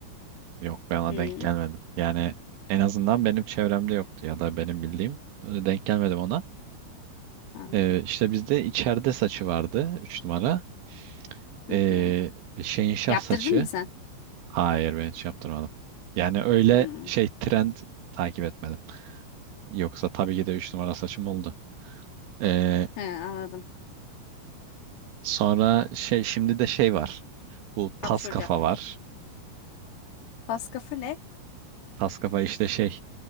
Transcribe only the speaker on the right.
Yok ben ona
denk gelmedim. Yani en azından benim çevremde yoktu ya da benim bildiğim öyle denk gelmedim ona.
Ee, işte bizde içeride saçı vardı 3 numara. Ee,
şeyin şah
saçı.
Hayır ben hiç yaptırmadım. Yani öyle
şey trend takip etmedim. Yoksa tabii ki de 3 numara saçım oldu. Ee,
sonra şey şimdi de şey var. Bu
tas kafa var.
Tas kafa işte şey